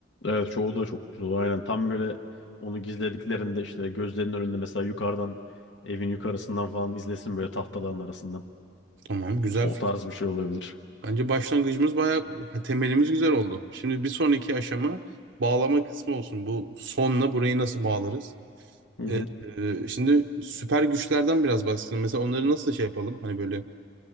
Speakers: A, on the left; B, on the right.
A: Evet çoğu da çok güzel olur. Aynen tam böyle onu gizlediklerinde işte gözlerinin önünde mesela yukarıdan evin yukarısından falan izlesin böyle tahtaların arasından.
B: Tamam güzel
A: O tarz bir şey olabilir.
B: Bence başlangıcımız bayağı ha, temelimiz güzel oldu. Şimdi bir sonraki aşama bağlama kısmı olsun. Bu sonla burayı nasıl bağlarız?
A: Hı hı.
B: Ee, e, şimdi süper güçlerden biraz bahsedelim. Mesela onları nasıl şey yapalım? Hani böyle